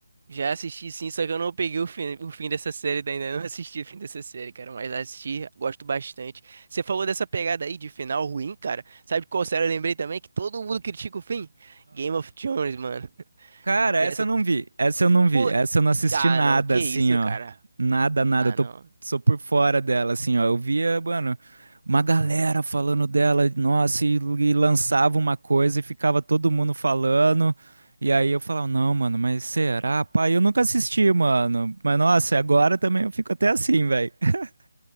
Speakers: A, on the right; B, on the right.
A: Já assisti sim, só que eu não peguei o fim, o fim dessa série, daí ainda não assisti o fim dessa série, cara, mas assisti, gosto bastante. Você falou dessa pegada aí de final ruim, cara. Sabe qual série eu lembrei também? Que todo mundo critica o fim? Game of Thrones, mano.
B: Cara, essa
A: E essa.
B: eu não vi. Essa eu não vi.
A: Pô,
B: Essa eu não assisti
A: ah,
B: nada,
A: não, que
B: assim,
A: isso,
B: ó.
A: cara.
B: Nada, nada.
A: Ah,
B: Eu tô,
A: não.
B: sou por fora dela, assim, ó. Eu via, mano, uma galera falando dela, nossa, e, e lançava uma coisa e ficava todo mundo falando. E aí eu falava, não, mano, mas será? Pai, eu nunca assisti, mano. Mas nossa, agora também eu fico até assim, velho. <laughs>